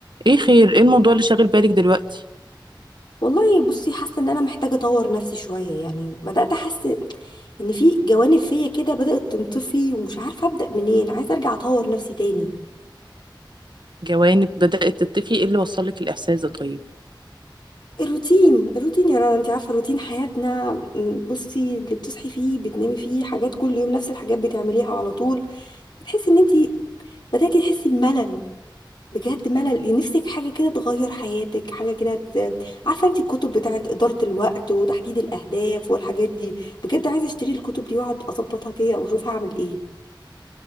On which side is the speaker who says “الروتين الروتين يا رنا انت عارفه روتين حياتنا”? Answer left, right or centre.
Left